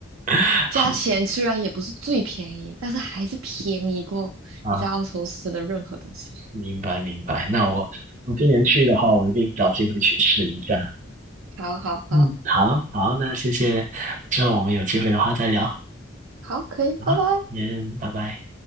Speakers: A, on the right; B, on the right.
A: <laughs>
B: 价钱虽然也不是最便宜，
A: 好
B: 但是还是便宜过你在澳洲吃的任何东西。
A: 啊，明白明白。那我我今年去的话，我一定找机会去试一下。
B: 好好好
A: 嗯，好好，那谢谢，之后我们有机会的话再聊。
B: 好，可以，
A: 好，
B: 拜拜。
A: 先拜拜。